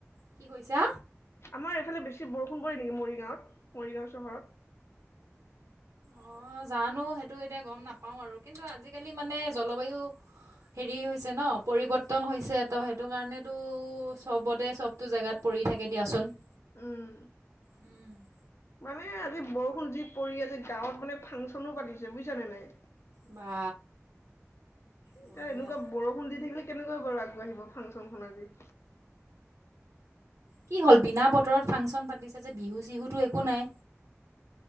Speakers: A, on the right (about 85°); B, on the left (about 60°).
A: কি কৈছা?
B: আমাৰ এইফালে বেছি বৰষুণ পৰি নেকি মৰিগাঁৱত মৰিগাঁও চহৰত।
A: অ জানো সেইটো এতিয়া গম নাপাও আৰু কিন্তু আজিকালি মানে জলবায়ু হেৰি হৈছে ন পৰিৱৰ্তন হৈছে ত সেইটো কাৰণেতো চবতে চবতো জোগাত পৰি থাকে দিয়াচোন।
B: উম
A: উম <inaudible>
B: মানে আজি বৰষুণ যি পৰি আছে গাঁৱত মানে ফাংচনো পাতিছে বুজছা নে নাই।
A: বা। বঢ়িয়া
B: এতিয়া এনেকুৱা বৰষুণ দি থাকিলে। কেনেকৈ বাৰু আগবাঢ়িব ফাংচনখন আজি।
A: কি হ'ল বিনা ব অবতৰত ফাংচন পাতিছে যে বিহু চিহুতো একো নাই